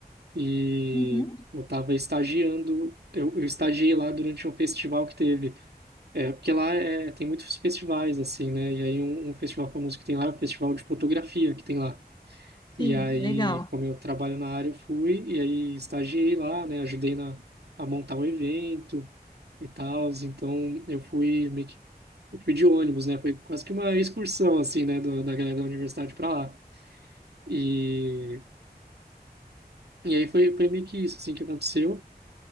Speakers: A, on the right; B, on the left.
A: e
B: Uhum,
A: eu estava estagiando, eu, eu estagiei lá durante um festival que teve. É, porque lá é, tem muitos festivais, assim, né? E aí um, um festival famoso que tem lá é o Festival de Fotografia que tem lá. E
B: sim,
A: aí,
B: legal.
A: como eu trabalho na área, eu fui e aí estagiei lá, né? Ajudei na, a montar o evento e tal. Então, eu fui meio que eu fui de ônibus, né? Foi quase que uma excursão, assim, né? do- da galera da universidade para lá. E, e aí foi, foi meio que isso, assim, que aconteceu.